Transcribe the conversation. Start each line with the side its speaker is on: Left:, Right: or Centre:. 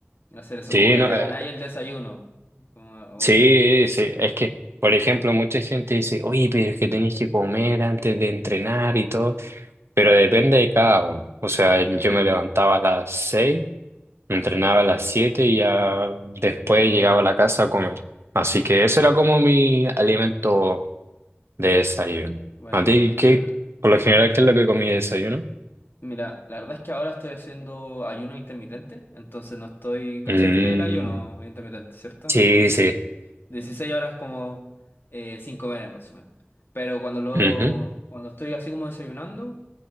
Left: hacer eso,
Right: Sí,
Left: como que
Right: no,
Left: te
Right: eh,
Left: ganáis el desayuno. Como,
Right: sí,
Left: o-
Right: sí.
Left: ahí como-
Right: Es que, por ejemplo, mucha gente dice, oye, pero es que tenés que comer antes de entrenar y todo, pero depende de cada uno. O sea, yo
Left: Sí,
Right: me levantaba a las seis Entrenaba a las 7 y ya después llegaba
Left: ya.
Right: a la casa a comer. Así que eso era como mi alimento de desayuno.
Left: Bueno,
Right: ¿A ti qué,
Left: bueno.
Right: por lo general, qué es lo que comí de desayuno?
Left: Mira, la verdad es que ahora estoy haciendo ayuno intermitente, entonces no estoy, ¿cachai?
Right: Mm,
Left: Que el ayuno intermitente, ¿cierto?
Right: sí,
Left: Como que
Right: sí.
Left: 16 horas como eh, sin comer en resumen. Pero cuando lo,
Right: Ujú.
Left: cuando estoy así como desayunando,